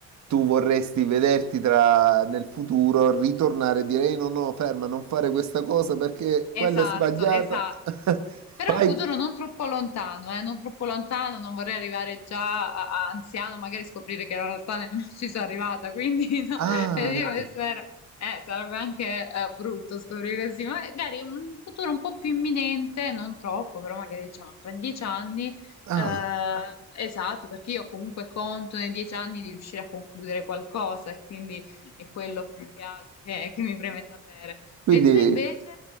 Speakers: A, on the right (about 65°); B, on the left (about 60°).
A: tu vorresti vederti tra, nel futuro, ritornare e dire "Ehi, no, no, ferma, non fare questa cosa perché
B: Esatto,
A: quella è sbagliata.
B: esatto.
A: <laughs>
B: Però
A: Fai...
B: è un futuro non troppo lontano, eh, non troppo lontano, non vorrei arrivare già a- a anziano, magari scoprire che in realtà nemmeno ci sono arrivata, quindi <laughs> no,
A: Ah,
B: eh,
A: ecco.
B: io mi spero- eh, sarebbe anche eh, brutto scoprire così, ma magari un futuro un po' più imminente, non troppo, però magari diciamo tra dieci anni,
A: Ah.
B: eh, esatto, perché io comunque conto nei dieci anni di riuscire a concludere qualcosa e quindi è quello più che altro che che mi preme sapere.
A: Quindi...
B: E tu invece?